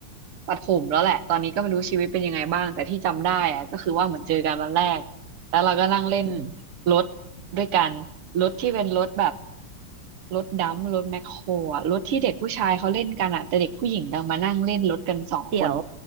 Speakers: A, on the right (about 85°); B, on the right (about 45°).
A: ประถมแล้วแหละตอนนี้ก็ไม่รู้ชีวิตเป็นยังไงบ้างแต่ที่จำได้อะก็คือว่าเหมือนเจอกันวันแรกแล้วเราก็นั่งเล่น
B: อืม
A: รถด้วยกันรถที่เป็นรถแบบรถดัมป์รถแมคโครอะรถที่เด็กผู้ชายเขาเล่นกันอะแต่เด็กผู้หญิงดังมานั่งเล่นรถกันสองคน
B: เดี๋ยว